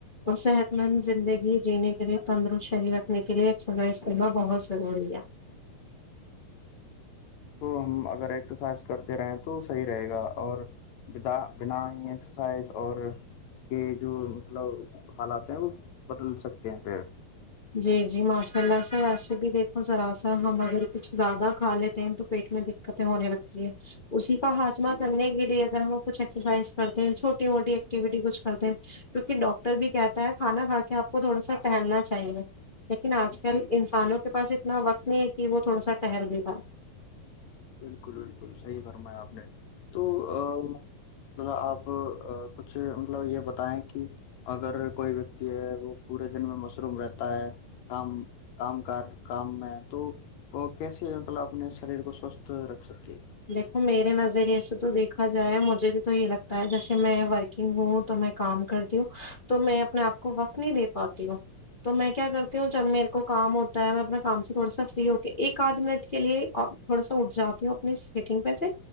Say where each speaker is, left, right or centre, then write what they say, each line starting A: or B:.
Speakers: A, on the left; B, on the left.
A: اور صحت مند زندگی جینے کے لیے تندر شہید رکھنے کے لیے اکسزایز اس کو بہت ضروری ہے
B: تو ہم اگر ایکسرسائز کرتے رہیں تو صحیح رہے گا اور بد بنا ہی ایکسرسائز اور کے جو مطلب حالات ہیں وہ بدل سکتے ہیں پھر
A: جی جی ماشاء اللہ سر ویسے بھی دیکھو ذرا سا ہم اگر کچھ زیادہ کھا لیتے ہیں تو پیٹ میں دقتیں ہونے لگتی ہے اسی کا ہاجمہ کرنے کے لیے اگر ہم کچھ ایکسرسائز کرتے ہیں چھوٹی موٹی ایکٹیویٹی کچھ کرتے ہیں کیکہ ڈاکٹر بھی کہتا ہے کھانا کھا کے آ کو تھوڑا سا ٹہلنا چاہیے لیکن آج کل
B: جی
A: انسانوں کے پاس اتنا وقت نہیں ہے کہ وہ تھوڑا سا ٹہل بھی پاائے
B: بالکل بالکل صحیح فرمایا آپ نے تو مطلب آپ کچھ مطلب یہ بتائیں کہ اگر کوئی ویکتی ہے وہ پورے دن میں مشروم رہتا ہے کام کام کام میں تو وہ کیسے مطلب اپنے شریر کو سوست رکھ سکے
A: دیکھو میرے نظریے سے تو دیکھا جائے مجھے تو تو یہ لگتا ہے جیسے میں ورکنگ ہوں تو میں کام کرتی ہوں تو میں اپنے آپ کو وقت نہیں دے پاتی ہوں تو میں کیا کر جب میرے کو کام ہوتا ہو میں اپنے کام سے تھوڑا فری ہو کے ایک آدھ منٹ کے لیے تھوڑا سا اٹھ جاتے ہوں اپنی سٹنگ پہ سے